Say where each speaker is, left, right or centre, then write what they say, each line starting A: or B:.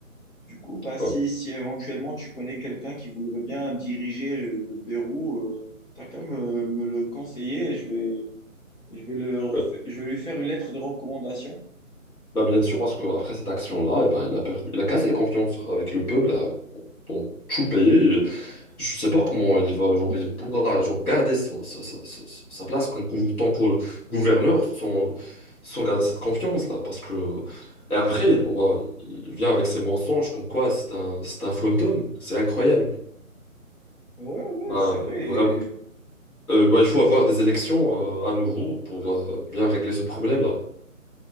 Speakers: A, on the left (about 65°); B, on the left (about 85°).
A: Du coup, bah,
B: Bah,
A: si, si éventuellement tu connais quelqu'un qui voudrait bien diriger euh, le Pérou, tu as qu'à me, me le conseiller et je vais, je vais le refa-
B: euh,
A: je vais lui faire une lettre de recommandation.
B: bah, bien sûr, parce qu'après cette action-là, eh ben, il a perdu, il a cassé la confiance avec le peuple euh, dans tout le pays. Je je sais pas comment il va, genre, il pourra genre, garder son- sa, sa- sa- sa place en tant que gouverneur sans, sans garder cette confiance-là. Parce que... Et après, bon, bah, il vient avec ses mensonges comme quoi c'est un, c'est un fantôme. C'est incroyable.
A: Ouais, ouais,
B: Bah,
A: c'est vrai.
B: vraiment.
A: Et,
B: Euh, bah, il faut avoir des élections euh, à nouveau pour euh, bien régler ce problème-là.